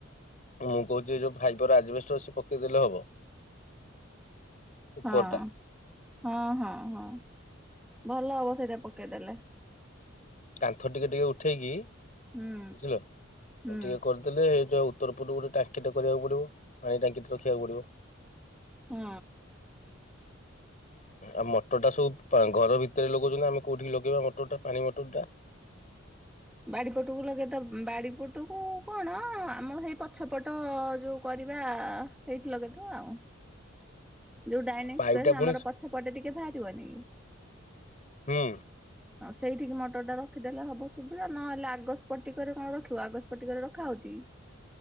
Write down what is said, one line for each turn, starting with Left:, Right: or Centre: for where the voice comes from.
Left: ମୁଁ କହୁଛି ଏ ଯୋଉ ଫାଇବର ଆଜବେଷ୍ଟ ଅଛି ପକେଇଦେଲେ ହବ। ଉପରଟା
Centre: ହୁଁ ହୁଁ ହୁଁ ହୁଁ। ଭଲ ହବ ସେଇଟା ପକେଇଦେଲେ।
Left: କାନ୍ଥ ଟିକେ ଟିକେ ଉଠେଇକି
Centre: ହୁଁ
Left: ବୁଝିଲ
Centre: ହୁଁ
Left: ଟିକେ କରି ଦେଲେ ଏ ଯୋଉ ଉତ୍ତର ପୂର୍ରୁ ଗୋଟେ ଟାଙ୍କି ଟା କରିବାକୁ ପଡିବ ପାଣି ଟାଙ୍କି ଟେ ରଖିବାକୁ ପଡିବ।
Centre: ହୁଁ।
Left: ଆଉ ମଟରଟା ସବୁ ପା ଘର ଭିତରେ ଲଗଉଚନ୍ତି ନା ଆମେ କୋଉଠିକି ଲଗେଇବା ମଟରଟା ପାଣି ମଟର ଟା।
Centre: ବାଡି ପଟକୁ ଲଗେଇଦ ବାଡି ପଟକୁ କଣ ଆମ ସେଇ ପଛପଟ ଯୋଉ କରିବା ସେଇଠି ଲଗେଇଦବା ଆଉ। ଯୋଉ ଡାଇନିଂ
Left: ପାଇପଟା
Centre: ସ୍ପେସ୍
Left: ପୁଣି
Centre: ଆମର ପଛ ପଟେ ଟିକେ ବାହାରିବନି କି।
Left: ହୁଁ।
Centre: <inaudible> ହଁ ସେଇଠିକି ମଟର ଟା ରଖିଦେଲେ ହବ ସୁବିଧା ନହେଲେ ଆଗଷ୍ପଟିକରେ କଣ ରଖିବ ଆଗ ସ୍ପଟିକରେ ରଖାହଉଚି।